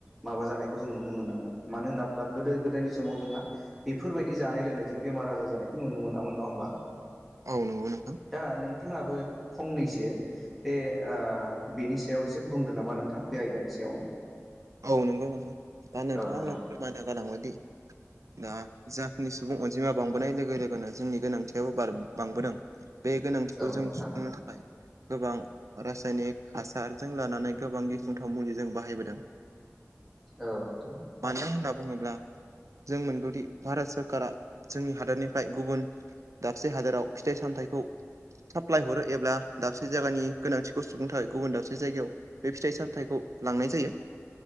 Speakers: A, in the centre; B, on the right.
A: माबा जानायखौ जों नुनो मोनदों मानो होनना बुङोला गोदो गोदायनि समाव जोंहा बेफोरबायदि जानाय लोंनायजों बेमार आजार जानायखौ नुनो मोनाम नङ होमबा
B: औ नंगौ नोंथां
A: दा नोंथाङाबो फंनैसो बे ओ बिनि सायाव एसे बुंदों नामा नोंथां बे आयदानि सायावनो
B: औ नंगौ नोंथां दा नोंथाङा
A: औ नोंथां
B: आंनो फोरमायना गालांबाय दि दा जाखिनि सुबुं अनजिमा बांबोनाय लोगो लोगोनो जोंनि गोनांथियाबो बार बांबोदों बे गोनांथिखौ
A: औ
B: जों
A: नोंथां
B: सुफुंनो थाखाय गोबां रासायनिक हासारजों लानानै गोबां गिख्रंथाव मुलि जों बाहायबोदों
A: औ नोंथां
B: मानो होनना बुङोब्ला जों मोनगौदि भारत सरकारा जोंनि हादरनिफ्राय गुबुन दाबसे हादोराव फिथाइ सामथाइखौ साप्लाय हरो एब्ला दाबसे जायगानि गोनांथिखौ सुुंनो थाखाय गुबुन दाबसे जायगायाव बे फिथाइ सामथाइखौ लांनाय जायो